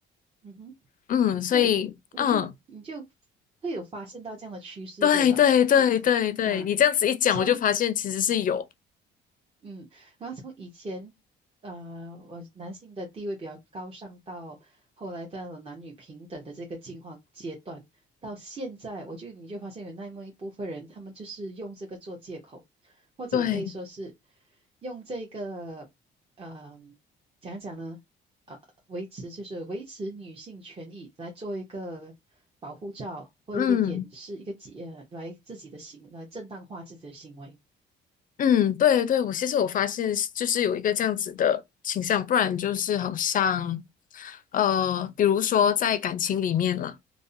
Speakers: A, on the right (about 30°); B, on the left (about 40°).
A: 嗯哼，
B: 嗯，所以嗯。
A: 对，我就你就会有发现到这样的趋势，
B: 对对对对对，
A: 对吧？一啊，
B: 你这样子一讲，
A: 从
B: 我就发现其实是有，
A: 嗯，然后从以前，呃，我男性的地位比较高尚，到后来到了男女平等的这个进化阶段，到现在，我就你就发现有那么一部分人，他们就是用这个做借口，或者可以说是
B: 对，
A: 用这个，嗯、讲一讲呢，呃，维持就是维持女性权益来做一个保护罩或一个掩饰，
B: 嗯
A: 一个解，呃来自己的行，来正当化自己的行为。
B: 嗯，对对，我其实我发现是就是有一个这样子的倾向，不然就是好像，呃，比如说在感情里面啦，